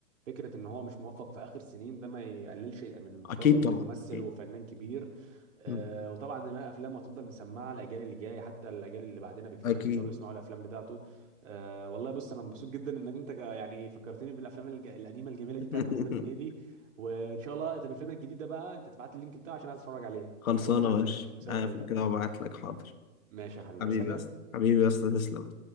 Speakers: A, on the right; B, on the left.
A: فكره ان هو مش موفق في اخر سنين ده ما يقللش من قدره
B: اكيد
A: كممثل
B: طبعا اكيد
A: وفنان كبير آه
B: مم.
A: وطبعا ما افلامه هتفضل مسمعه الاجيال اللي جايه حتى الاجيال اللي بعدنا بكتير
B: اكيد
A: هيفضلوا يسمعوا الافلام بتاعته آه والله بص انا مبسوط جدا انك انت ك- يعني فكرتني بالافلام الج- القديمه الجميله
B: <laughs>
A: دي بتاعت محمد هنيدي وان شاء الله طب الفيلم الجديد ده بقى انت تبعت لي اللينك بتاعه عشان عايز اتفرج عليه
B: خلصانه
A: او المسلسل
B: ماشي
A: المسلسل
B: هقفل
A: ده
B: كده وابعت لك حاضر
A: ماشي يا حبيبي
B: حبيبي
A: عايز حاجه
B: يا اسطى حبيبي يا اسطى تسلم